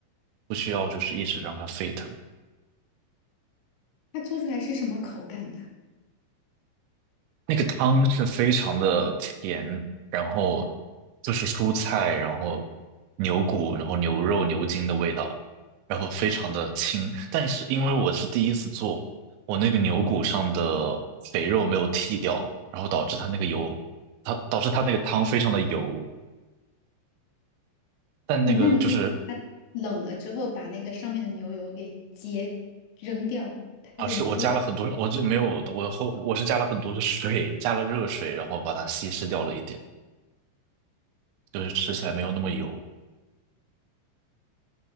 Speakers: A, on the right; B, on the left.
A: 不需要就是一直让它沸腾。
B: 它做出来是什么口感的？
A: 那个汤是非常的甜，然后就是蔬菜，然后牛骨，然后牛肉、牛筋的味道，然后非常的清。但是因为我是第一次做，我那个牛骨上的肥肉没有剔掉，然后导致它那个油，它导致它那个汤非常的油。但那个就是
B: 嗯，那你可以等它冷了之后，把那个上面的牛油给揭扔掉，它就凝固了。
A: 啊，是我加了很多，我就没有，我后我是加了很多的水，加了热水，然后把它稀释掉了一点，就是吃起来没有那么油。